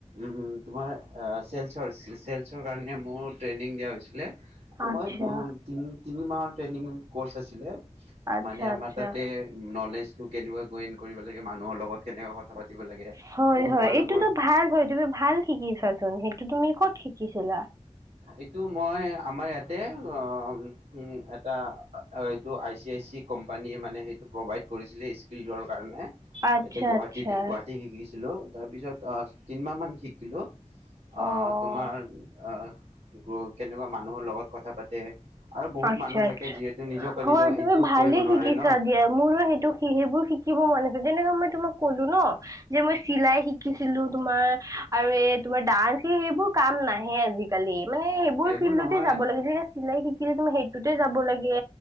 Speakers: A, on the right; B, on the right.
A: উম, তোমাৰ চেলচৰ, চেলচৰ কাৰণে মোৰ ট্ৰেইনিং দিয়া হৈছিলে
B: আচ্ছা
A: মই দু তি তিনি মাহৰ ট্ৰেইনিং কৰ্চ আছিলে।
B: আচ্ছা
A: মানে আমাৰ
B: আচ্ছা
A: তাতে নলেজটো কেনেকুৱা গেইন কৰিব লাগে মানুহৰ লগত কেনেকুৱা কথা পাতিব লাগে
B: হয়
A: বহুত
B: হয়
A: মানুহবোৰ
B: এইটোতো ভাল হয় তুমি ভাল শিকিছাচোন সেইটো তুমি কত শিকিছিল
A: এইটো মই আমাৰ ইয়াত তে অ উ এটা এইটো আই চি আই চি কোম্পানীয়ে মানে সেইটো প্ৰভাইড কৰিছিলে স্কিল দৰ কাৰণে ইয়াতে
B: আচ্ছা
A: গুৱাহাটীত
B: আচ্ছা
A: গুৱাহাটী শিকিছিলো। তাৰ পিছত আহ তিনমাহ মান শিকিলো আহ
B: অ
A: তোমাৰ আহ গ কেনেকুৱা মানুহৰ লগত কথা পাতে আৰু বহুত
B: আচ্ছা
A: মানুহ থাকে
B: আচ্ছা
A: যিহেতু নিজকে
B: হয়
A: নিজক
B: তুমি
A: ইমপ্ৰুভ
B: ভালেই
A: কৰিব নোৱাৰে
B: শিকিছা
A: ন
B: দিয়া মোৰো সেই টো স সেইবোৰ শিকিব মন আছে তেনে মই তোমাক কলো ন যে মই চিলাই শিকিছিলো তোমাৰ আৰু এ তোমাৰ ডান্স সেইবোৰ কাম নাহে আজিকালি। মানে সেইবোৰ
A: এইবোৰ
B: ফিল্ডতে
A: নহয়
B: যাব লাগে যে চিলাই শিকিলে তুম সেইটোতে যাব লাগে।